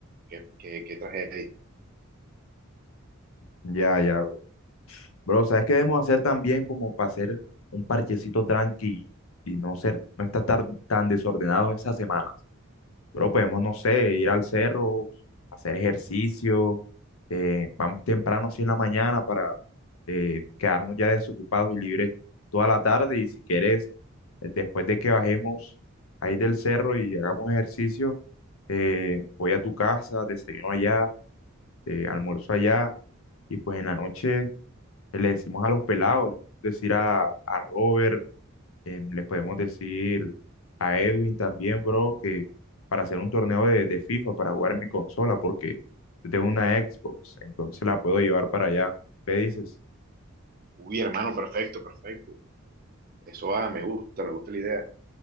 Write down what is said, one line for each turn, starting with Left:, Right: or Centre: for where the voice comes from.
Right: ¿Qué, qué, qué tragedia?
Left: Ya, ya. Bro, ¿sabes qué debemos hacer también como para hacer un parchecito tranqui y no ser, no estar tan, tan desordenados esas semanas? Bro, podemos, no sé, ir al cerro, hacer ejercicio, eh, vamos temprano así en la mañana para eh, quedarnos ya desocupados y libres toda la tarde y si quieres, eh, después de que bajemos ahí del cerro y hagamos ejercicio, eh, voy a tu casa, desayuno allá, eh, almuerzo allá y pues en la noche le decimos a los pelados, le podemos decir a, a Robert, em, le podemos decir a Edwin también, bro, que para hacer un torneo de, de FIFA, para jugar en mi consola, porque yo tengo una Xbox, entonces la puedo llevar para allá. Le dices,
Right: Uy, hermano, perfecto, perfecto. Eso ah, me gusta, me gusta la idea.